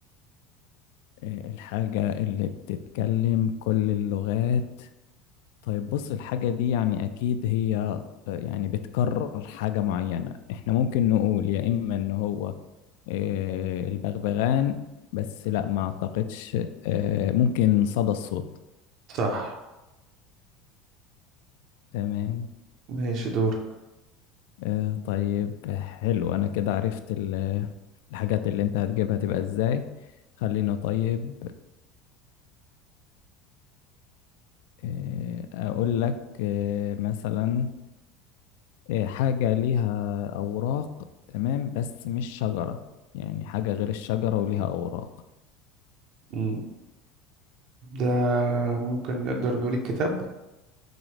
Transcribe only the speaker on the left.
آه، الحاجة اللي بتتكلم كل اللغات طيب بص الحاجة دي يعني اكيد هي آه، يعني بتكرر حاجة معينة احنا ممكن نقول يا اما ان هو آه، البغبغان بس لا ما اعتقدش آه، ممكن صدى الصوت
تمام
آه، طيب حلو أنا كده عرفت ال- الحاجات اللي أنت هتجيبها تبقى إزاي خليني طيب آه، أقول لك آه، مثلا آه، حاجة ليها أوراق تمام بس مش شجرة يعني حاجة غير الشجرة وليها أوراق